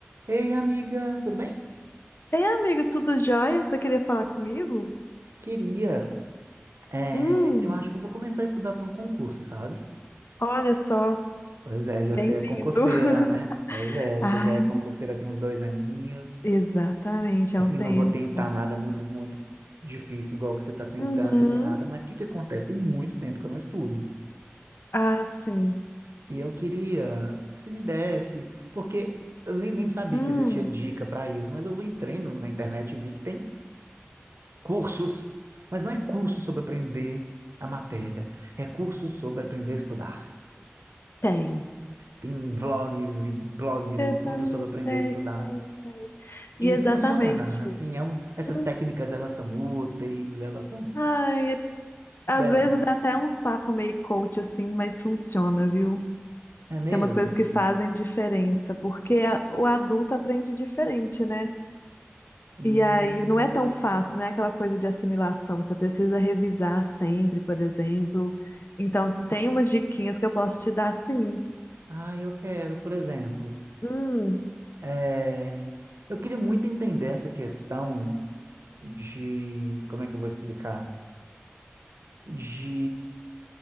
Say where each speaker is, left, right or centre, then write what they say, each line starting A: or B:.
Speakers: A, on the right; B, on the left.
A: Ei, amiga, tudo bem?
B: Ei, amigo, tudo jóia? Você queria falar comigo?
A: Queria. é,
B: Hum,
A: eu acho que eu vou começar a estudar para um concurso, sabe?
B: olha só,
A: Pois é, e
B: bem-vindo.
A: você é concurseira,
B: <laughs>
A: né? Pois é,
B: Ah,
A: você já é concurseira tem uns dois aninhos.
B: exatamente,
A: Assim,
B: é um tempo.
A: não vou tentar nada muito, muito difícil, igual o que você está tentando
B: Uhum.
A: e nem nada, mas o que que acontece? Tem muito tempo que eu não estudo.
B: Ah, sim.
A: E eu queria que você me desse, porque eu nem, nem sabia
B: Hum,
A: que existia dica para isso, mas eu entrei no- na internet e vi que tem cursos, mas não é curso sobre aprender a matéria, é curso sobre aprender a estudar.
B: tem.
A: Tem vlogs e blogs
B: Exatamente,
A: e tudo sobre aprender
B: tem,
A: a estudar.
B: tem, tem. E
A: E
B: exatamente.
A: funciona, assim, é um-
B: Sim.
A: essas técnicas, elas são úteis, elas são...
B: Ai, e- às
A: Deram...
B: vezes é até uns papo meio coach assim, mas funciona, viu?
A: É mesmo?
B: Tem umas coisas que fazem diferença, porque a- o adulto aprende diferente, né?
A: Hum...
B: E aí não é tão fácil, né? Aquela coisa de assimilação. Você precisa revisar sempre, por exemplo. Então, tem umas diquinhas que eu posso te dar, sim.
A: Ah, eu quero, por exemplo...
B: Hum,
A: é, Eu queria muito entender essa questão de... Como é que eu vou explicar? De